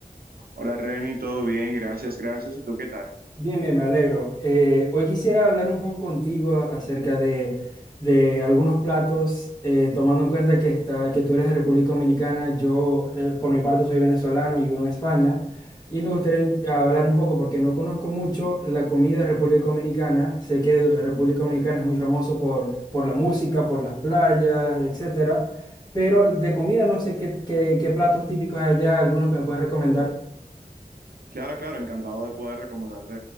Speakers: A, on the right; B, on the left.
A: Hola Reni, todo bien, gracias, gracias. ¿Y tú qué tal?
B: Bien, bien, me alegro. Eh, hoy quisiera hablar un poco contigo acerca de, de algunos platos, eh, tomando en cuenta que, está, que tú eres de República Dominicana, yo eh, por mi parte soy venezolano y vivo en España, y me gustaría en- hablar un poco porque no conozco mucho la comida de República Dominicana, sé que República Dominicana es muy famoso por, por la música, por las playas, etcétera, pero de comida no sé qué, qué, qué platos típicos hay allá, algunos que me puedes recomendar.
A: Claro, claro, encantado de poder recomendarte